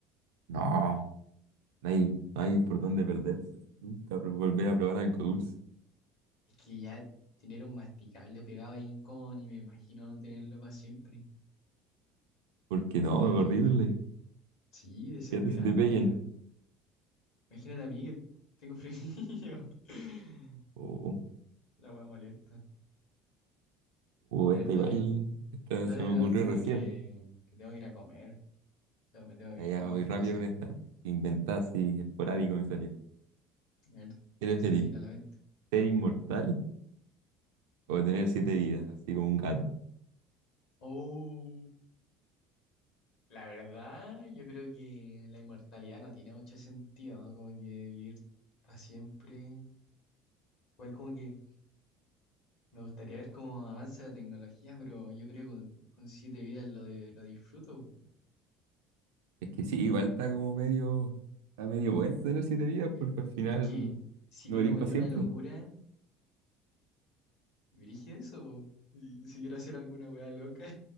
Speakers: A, on the right; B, on the left.
A: no. No hay, no hay por dónde perderse. Nunca pro- volver a probar algo dulce.
B: Es que ya tener un masticable pegado es incómodo y me imagino no tenerlo para siempre.
A: Porque no,
B: Qué terrible.
A: es horrible.
B: Mm. Sí, desesperante,
A: Fíjate si te peguen.
B: weón. Imagínate a mí que tengo frenillo. <laughs>
A: O
B: La weá molesta. A
A: esta
B: ver, dale.
A: igual, esta
B: Dale
A: se me
B: la
A: ocurrió
B: última
A: recién.
B: que, que tengo que ir a comer. Ya me tengo que
A: Ya, ya,
B: ir luego.
A: voy rápido
B: Así
A: con esta.
B: que,
A: Inventada así, esporádico me salió.
B: a ver,
A: ¿Eres
B: se
A: feliz?
B: te viene a la mente.
A: ¿Ser inmortal o tener siete vidas? Así como un gato.
B: Oh, la verdad, yo creo que la inmortalidad no tiene mucho sentido, ¿no? Como que vivir para siempre. Igual como que me gustaría ver cómo avanza la tecnología, pero yo creo que con, con siete vidas lo, de, lo disfruto.
A: Es que sí, igual está como medio, está medio bueno tener siete vidas
B: Y-
A: porque al final
B: Es que si
A: no
B: quiero
A: vivir
B: cometer
A: para siempre.
B: una locura, y dirige eso. po. Y si quiero hacer alguna weá loca.